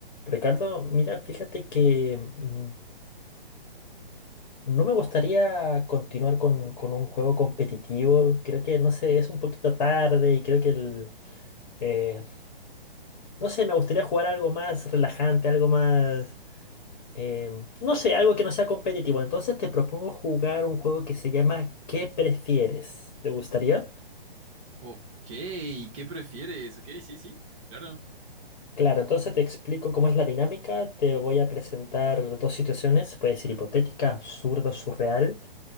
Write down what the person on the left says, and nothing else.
Ricardo, mira, fíjate que mm, no me gustaría continuar con, con un juego competitivo. Creo que, no sé, es un poquito tarde y creo que el... eh, no sé, me gustaría jugar algo más relajante, algo más... em, no sé, algo que no sea competitivo. Entonces te propongo jugar un juego que se llama ¿Qué prefieres? ¿Te gustaría?
Claro, entonces te explico cómo es la dinámica. Te voy a presentar dos situaciones. Puede ser hipotética, absurdo, surreal.